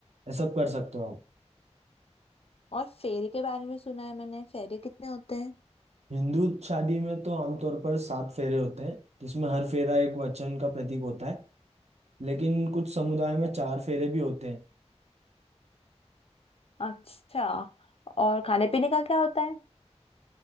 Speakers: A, on the right; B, on the left.
A: ये सब कर सकते हो आप
B: और फेरे के बारे में सुना है मैंने फेरे कितने होते हैं
A: हिंदू शादी में तो आमतौर पर सात फेरे होते हैं जिसमें हर फेरा एक वचन का प्रतीक होता है लेकिन कुछ समुदाय में चार फेरे भी होते हैं
B: अच्छा और खाने पीने का क्या होता है